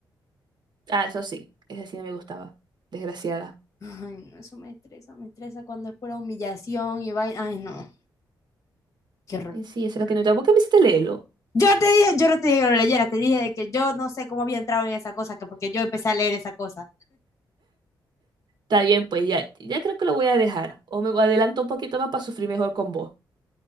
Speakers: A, on the right; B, on the left.
A: Ah, eso sí, esa sí no me gustaba. Desgraciada.
B: Ay, no, eso me estresa, me estresa cuando es pura humillación y vaina. Ay, no, qué horror.
A: Eh, Sí, eso es lo que no te gustaba. ¿Por qué me hiciste leerlo?
B: Yo te dije, yo no te dije que lo leyera, te dije de que yo no sé cómo había entrado en esa cosa, que porque yo empecé a leer esa cosa.
A: Está bien, pues ya, ya creo que lo voy a dejar. O me adelanto un poquito más para sufrir mejor con vos.